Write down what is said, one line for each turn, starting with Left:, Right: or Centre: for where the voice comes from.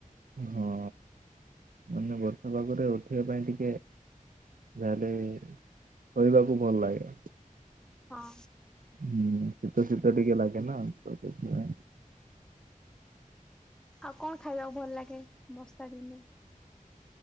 Right: ହଁ। ମାନେ ବର୍ଷା ପାଗରେ ଉଠିବା ପାଇଁ ଟିକେ ଯାହାହେଲେ ଶୋଇବାକୁ ଭଲ ଲାଗେ।
Centre: ହଁ।
Right: ହୁଁ ଶୀତ ଶୀତ ଟିକେ ଲାଗେ ନା ତ ସେଥିପାଇଁ।
Centre: ଆଉ କଣ ଖାଇବାକୁ ଭଲ ଲାଗେ ବର୍ଷା ଦିନେ?